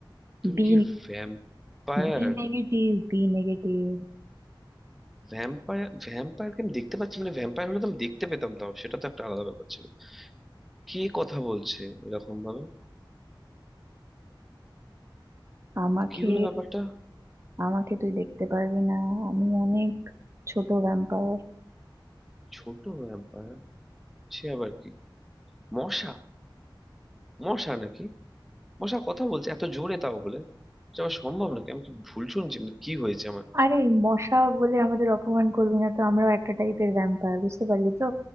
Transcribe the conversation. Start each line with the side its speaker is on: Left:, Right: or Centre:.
Centre: তুমি
Right: B
Centre: কি ভ্যাম্পায়ার
Right: B negative B negative
Centre: ভ্যাম্পায়ার ভ্যাম্পায়ারকে আমি দেখতে পাচ্ছি মানে ভ্যাম্পায়ার হলে তো আমি দেখতে পেতাম তাও সেটা তো একটা আলাদা ব্যাপার ছিল কে কথা বলছে এরকম ভাবে
Right: আমাকে
Centre: কি হলো ব্যাপারটা
Right: আমাকে তুই দেখতে পারবি না আমি অনেক ছোট ভ্যাম্পায়ার
Centre: ছোট ভ্যাম্পায়ার সে আবার কি মশা মশা নাকি মশা কথা বলছে এত জোরে তাও বলে এটা আবার সম্ভব নাকি আমি কি ভুল শুনছি মানে কি হয়েছে আমার
Right: আরে মশা বলে আমাদের অপমান করবি না তো আমরাও একটা টাইপের ভ্যাম্পায়ার বুঝতে পারলি তো